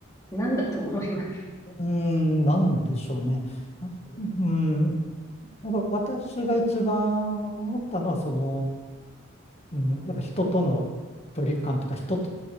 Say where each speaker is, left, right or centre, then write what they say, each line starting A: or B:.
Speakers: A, on the left (about 15°); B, on the left (about 30°).
A: なんだと思います。
B: うーん、なんでしょうね。なうん。やっぱ私が一番思ったのは、その、うん、やっぱ人との距離感というか、人